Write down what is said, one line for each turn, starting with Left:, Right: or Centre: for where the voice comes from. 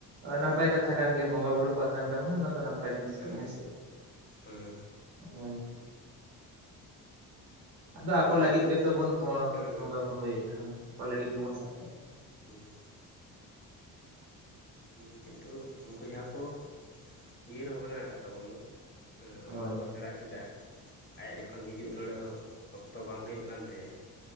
Right: ᱱᱟᱯᱟᱭ
Left: ᱦᱩᱸ
Right: ᱠᱟᱛᱷᱟ ᱠᱟᱱ ᱜᱮ ᱵᱚᱸᱜᱟ ᱵᱩᱨᱩ ᱠᱚ ᱟᱛᱟᱝ ᱮᱫᱟ ᱢᱟᱱᱮ ᱚᱱᱟ ᱫᱚ ᱱᱟᱯᱟᱭ ᱱᱟᱯᱟᱭ ᱡᱤᱱᱤᱥ
Left: ᱦᱩᱸ
Right: ᱠᱟᱱᱟ ᱦᱮᱸᱥᱮ
Left: ᱦᱩᱸ
Right: ᱦᱳᱭ ᱾ ᱟᱫᱚ ᱟᱠᱚ
Left: ᱱᱤᱛᱚᱜ
Right: ᱞᱟᱹᱜᱤᱫ
Left: ᱫᱚ
Right: ᱜᱮᱛᱚ
Left: ᱩᱱᱠᱩ
Right: ᱵᱚᱱ
Left: ᱫᱚ ᱦᱮᱸ
Right: ᱵᱚᱸᱜᱟᱼ ᱵᱩᱨᱩᱭᱮᱫᱼᱟ ᱟᱠᱚ ᱞᱟᱹᱜᱤᱫ ᱜᱮᱵᱚᱱ ᱥᱟᱯᱲᱟᱜᱼᱟ᱾
Left: ᱦᱩᱸᱻ ᱦᱮᱸ ᱠᱤᱱᱛᱩ ᱩᱱᱠᱩ ᱡᱟᱦᱟᱸ ᱠᱚ ᱩᱭᱦᱟᱹᱨ ᱵᱷᱟᱵᱽᱱᱟ ᱟᱠᱟᱫ ᱛᱟᱵᱚᱱ ᱫᱚ ᱦᱮᱸ
Right: ᱦᱳᱭ
Left: ᱚᱞᱚᱜ ᱵᱚ ᱥᱮᱬᱟ ᱠᱮᱫᱟ ᱟᱭᱟᱜ ᱡᱚᱠᱷᱚᱱ ᱦᱤᱡᱩᱜ ᱱᱚᱰᱮ ᱦᱚᱸ ᱚᱠᱛᱚ ᱵᱟᱝ ᱦᱩᱭᱩᱜ ᱠᱟᱱ ᱛᱟᱭᱟ